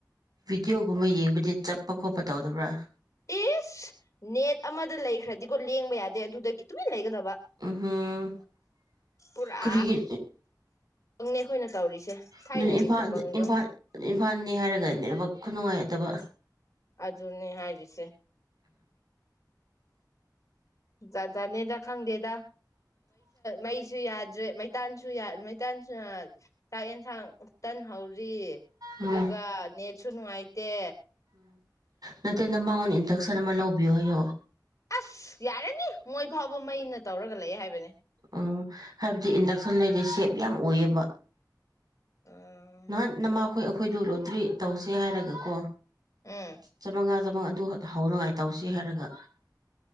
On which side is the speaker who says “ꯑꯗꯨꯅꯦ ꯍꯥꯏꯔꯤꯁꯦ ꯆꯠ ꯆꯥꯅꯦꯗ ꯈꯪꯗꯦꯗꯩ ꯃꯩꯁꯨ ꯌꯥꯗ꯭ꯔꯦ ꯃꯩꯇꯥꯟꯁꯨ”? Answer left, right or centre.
Left